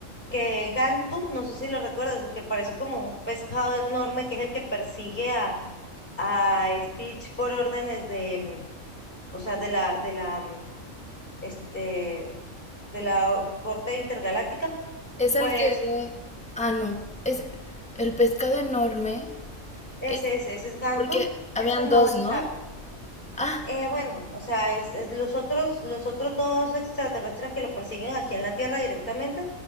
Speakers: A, on the left; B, in the centre.
A: que Gantu, no sé si lo recuerdas, el que parece como un pescado enorme, que es el que persigue a a Stitch por órdenes de, mm, o sea, de la, de la, mm, este, de la o- corte intergaláctica,
B: Es
A: pues
B: el que... Ah, no. Es el pescado enorme.
A: ese,
B: Es
A: ese, ese es Gantu,
B: porque
A: ese
B: habían
A: no
B: dos,
A: va a estar.
B: ¿no? Ah.
A: Eh, bueno, o sea, es, es los otros, los otros dos extraterrestres que lo persiguen aquí en la Tierra directamente,